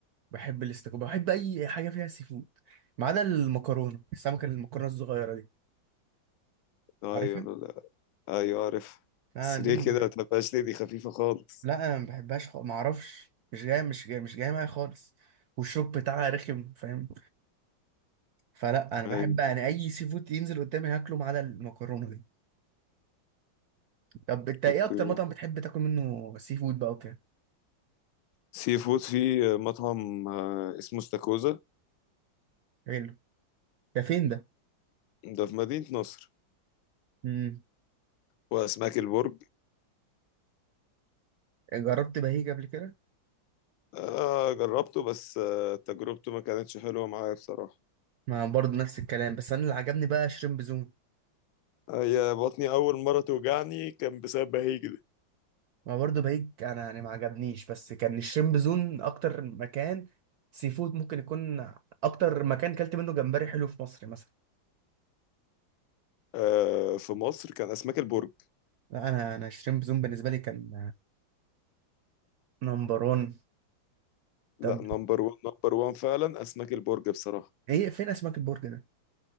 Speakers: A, on the right; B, on the left.
A: بحب الاستاكوزا بحب اي حاجه فيها سي فود ما عدا المكرونه السمكه المكرونه الصغيره دي
B: ايوه
A: عارفها
B: لا. ايوه عارف
A: لا
B: بس
A: دي
B: ليه
A: ما
B: كده
A: بحب
B: ما تبقاش ليه دي خفيفه خالص
A: لا انا ما بحبهاش خ... ما اعرفش مش جاي مش جاي مش جاي معايا خالص والشوك بتاعها رخم فاهم فلا انا
B: ايوه
A: بحب يعني اي سي فود ينزل قدامي هاكله ما عدا المكرونه دي طب انت ايه
B: اوكي
A: اكتر مطعم بتحب تاكل منه سي فود بقى وكده
B: سي فود في مطعم آه، اسمه استاكوزا
A: حلو ده فين ده
B: ده في مدينه نصر
A: امم
B: واسماك البرج
A: جربت بهيج قبل كده
B: آه جربته بس آه تجربته ما كانتش حلوة معايا بصراحة
A: ما برضه نفس الكلام بس انا اللي عجبني بقى شريمب زون
B: هي بطني أول مرة توجعني كان بسبب بهيج
A: ما برضه بهيج انا يعني ما عجبنيش بس كان الشريمب زون اكتر مكان سي فود ممكن يكون اكتر مكان كلت منه جمبري حلو في مصر مثلا
B: آه في مصر كان أسماك البرج
A: لا انا انا شريمب زون بالنسبه لي كان نمبر 1
B: لا
A: طب
B: نمبر وان نمبر وان فعلا أسماك البرج بصراحة
A: ايه فين اسماك البرج ده